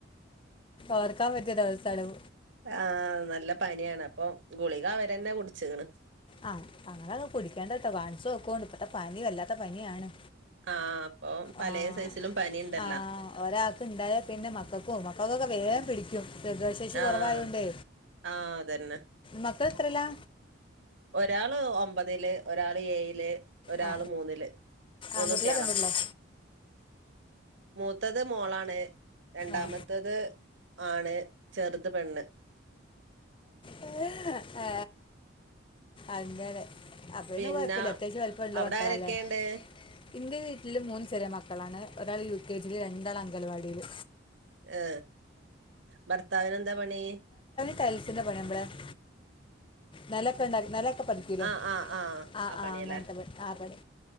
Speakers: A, on the left; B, on the right.
A: ഓർക്കാൻ പറ്റിയ ദിവസാണം.
B: ആഹ് നല്ല പനിയാണ്. അപ്പൊ ഗുളിക അവരന്നെ കുടിച്ക്ണ്.
A: ആഹ് ആഹ് അങ്ങനങ്ങ് കുടിക്കാണ്ടട്ടോ കാൺച്ചോക്കുണ്ട് ഇപ്പഴത്തെ പനി വല്ലാത്ത പനിയാണ്.
B: ആഹ് അപ്പൊ പലേ
A: ആഹ്
B: സൈസിലും പനിണ്ടല്ലോ
A: ആഹ് ഒരാക്ക് ഇണ്ടായാ പിന്നെ മക്കക്കും മക്കക്കൊക്കെ വേഗം പിടി പ്രതിരോധശേഷി കൊറവായോണ്ടേ
B: ആഹ് ആഹ് അതന്നെ
A: മക്കൾ എത്രേല്ലാ
B: ഒരാള് ഒമ്പതില് ഒരാള് എയില് ഒരാള്
A: ആ
B: മൂന്നില് മൂന്നു
A: ആൺകുട്ടികളോ
B: ട്ടായാളാ.
A: പെൺകുട്ടികളോ
B: മൂത്തത് മോളാണ് രണ്ടാമത്തത്
A: ആ
B: ആണ് ചെറുത്പെണ്ണ്
A: ആ, അങ്ങനെ അപ്പൊയിന്നെ
B: പിന്നെ
A: കൊഴപ്പില്ല അത്യാവശ്യംവല്പ്പള്ള
B: അവിടെ
A: മക്കളല്ലേ?
B: ആരൊക്കെണ്ട്
A: ഇന്റെ വീട്ടില് മൂന്ന്ചെറിയ മക്കളാണ് ഒരാള് യു കെ ജിയില് രണ്ടാള്അങ്കൽവാടീല്
B: ഏ ഭർത്താവിനന്താ പണി
A: ടൈൽസിന്റെ <unintelligible> നെലൊക്കെണ്ട നെല പഠിക്കൂ ലേ
B: ആഹ് ആഹ് ആഹ്
A: ആ ആ
B: പണിയല്ലേ
A: അങ്ങനത്തെ പണി ആ പണി